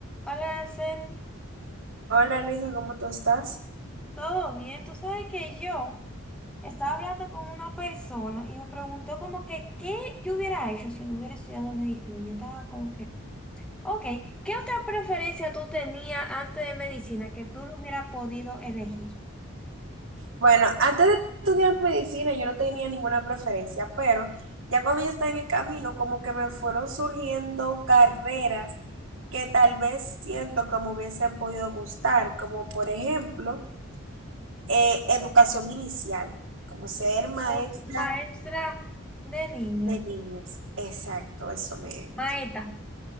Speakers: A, in the centre; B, on the right (about 65°).
A: Hola, Sen,
B: Hola Luisa, ¿cómo tú estás?
A: ¿todo bien? Tú sabes que yo estaba hablando con una persona y me preguntó como que qué yo hubiera hecho si no hubiera estudiado medicina. Y yo estaba como que, ok, ¿qué otra preferencia tú tenías antes de medicina que tú no hubieras podido elegir?
B: Bueno, antes de estudiar medicina yo no tenía ninguna preferencia, pero ya cuando yo estaba en el camino, como que me fueron surgiendo carreras que tal vez siento que me hubiesen podido gustar, como por ejemplo, eh, educación inicial, como ser
A: Como
B: maestra
A: Maestra de niños,
B: de niños. Exacto, eso me...
A: maeta.